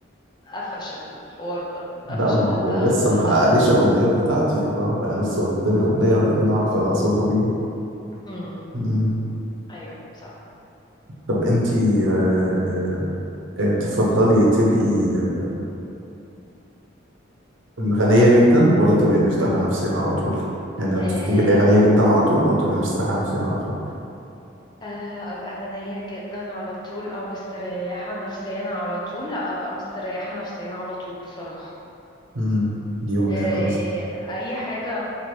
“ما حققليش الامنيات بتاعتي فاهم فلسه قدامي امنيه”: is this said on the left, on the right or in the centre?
Right